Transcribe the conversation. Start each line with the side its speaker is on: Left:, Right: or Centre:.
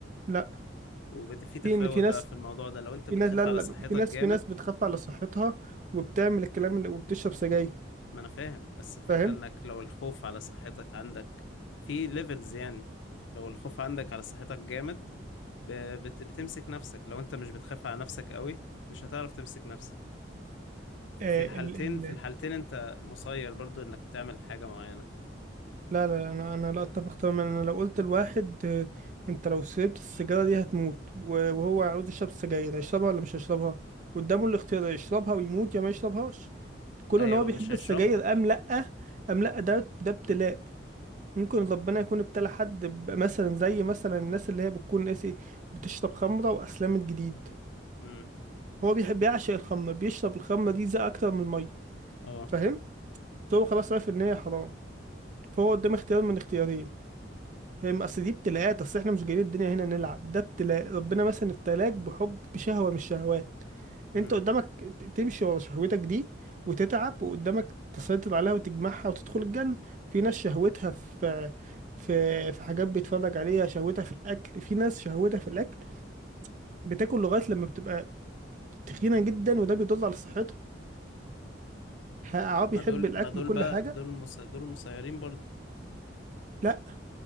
Right: لا
Left: وفي تفاوت
Right: في ان في ناس
Left: بقى في الموضوع ده لو انت
Right: في
Left: بتخاف
Right: ناس لا
Left: على
Right: لا
Left: صحتك
Right: في ناس
Left: جامد
Right: في ناس بتخاف على صحتها وبتعمل الكلام اللي وبتشرب سجاير
Left: ما انا فاهم بس الفكرة
Right: فاهم
Left: انك لو الخوف على صحتك عندك في ليفلز يعني لو الخوف عندك على صحتك جامد ب- بت بتمسك نفسك لو انت مش بتخاف على نفسك قوي مش هتعرف تمسك نفسك ففي
Right: آه
Left: الحالتين
Right: ال ال
Left: في الحالتين انت مسير برضو انك تعمل حاجة معينة
Right: لا لا لا، انا انا لا اتفق تماما انا لو قلت لواحد آه، انت لو شربت السيجاره دي هتموت و- وهو عاوز يشرب سجاير هيشربها ولا مش هيشربها قدامه الاختيار يشربها ويموت يا ما يشربهاش كون
Left: ايوه
Right: ان هو بيحب
Left: مش هيشربها
Right: السجاير ام لا ام لا ده ده ابتلاء ممكن ربنا يكون ابتلى حد ب- مثلا زي مثلا الناس اللي هي بتكون ناسي بتشرب خمره واسلمت جديد
Left: امم
Right: هو بيحب يعشق الخمره بيشرب الخمره دي زي اكتر من الميه
Left: اه
Right: فاهم فهو خلاص عارف ان هي حرام فهو قدام اختيار من اختيارين فاهم اصل دي ابتلاءات اصل احنا مش جايين الدنيا هنا نلعب ده ابتلاء ربنا مثلا ابتلاك بحب بشهوة من الشهوات
Left: امم
Right: انت قدامك ت- تمشي ورا شهوتك دي وتتعب وقدامك تسيطر عليها وتجمعها وتدخل الجنة في ناس شهوتها في في في حاجات بيتفرج عليها شهوتها في الاكل في ناس شهوتها في الاكل بتاكل لغاية لما بتبقى تخينة جدا وده بيدل على صحتها ح- عربي
Left: ما
Right: يحب
Left: دول
Right: الاكل
Left: ما دول
Right: وكل
Left: بقى
Right: حاجة
Left: دول مس... دول مسيرين برضو
Right: لا